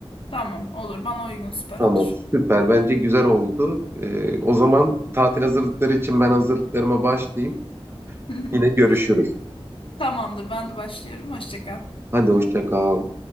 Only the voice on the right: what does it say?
Tamam
süper bence güzel oldu. E, o zaman tatil hazırlıkları için ben hazırlıklarıma başlayayım.
Yine görüşürüz.
Hadi hoşça kal.